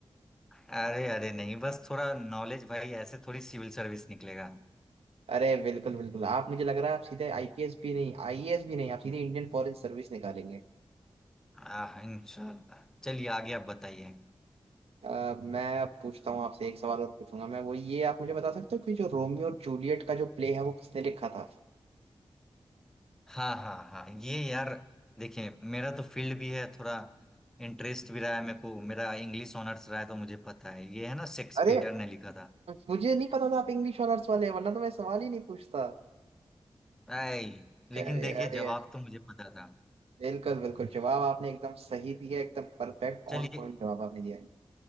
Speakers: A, in the centre; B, on the right.
A: अरे अरे नहीं बस थोड़ा नॉलेज भाई ऐसे थोड़ी सिविल सर्विस निकलेगा
B: अरे बिल्कुल बिल्कुल आप मुझे लग रहा है आप सीधे आईपीएस भी नहीं आईएएस भी नहीं आप सीधे इंडियन फॉरेन सर्विस निकालेंगे
A: आ, इंशाल्लाह चलिए आगे आप बताइए
B: अ, मैं अब पूछता हूँ आपसे एक सवाल और पूछूंगा मैं वो ये आप मुझे बता सकते हो कि जो रोमियो और जूलियट का जो प्ले है वो किसने लिखा था
A: हाँ हाँ हाँ ये यार देखिए मेरा तो फील्ड भी है थोड़ा इंटरेस्ट भी रहा है मेरे को मेरा इंग्लिश ऑनर्स रहा है तो मुझे पता है ये है ना शेक्सपियर
B: अरे
A: ने लिखा था
B: मुझे नहीं पता था आप इंग्लिश ऑनर्स वाले हैं वरना तो मैं सवाल ही नहीं पूछता
A: आई लेकिन
B: अरे
A: देखिए
B: अरे
A: जवाब
B: अरे
A: तो मुझे पता था
B: बिल्कुल बिल्कुल जवाब आपने एकदम सही दिया एकदम परफेक्ट
A: चलिए
B: ऑन पॉइंट जवाब आपने दिया है